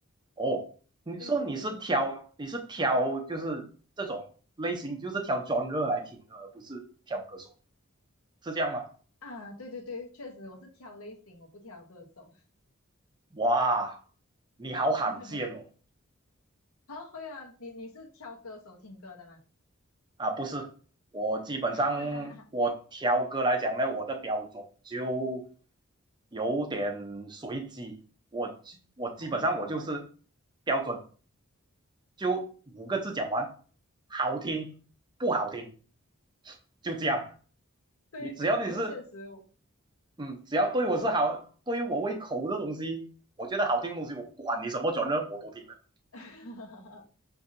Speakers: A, on the right; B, on the left.
A: 哦。你说你是挑你是挑就是这种类型，
B: 对对对
A: 就是挑 genre 来听的，而不是挑歌手，是这样吗？
B: 啊，对对对，确实我是挑类型，我不挑歌手。
A: 哇，你好罕见哦！
B: <laughs> 好，会啊，你你是挑歌手听歌的吗？
A: 啊，不是，我基本上我挑歌来讲呢，
B: <laughs>
A: 我的标准就有点随机，我我基本上我就是
B: 哦，
A: 标准就五个字讲完，好听不好听就这样。
B: 对对对，
A: 你只要你是
B: 确实我。
A: 嗯，只要对我是好，对于我胃口的东西，我觉得好听的东西，我管你什么 g e 我都听的。
B: <laughs>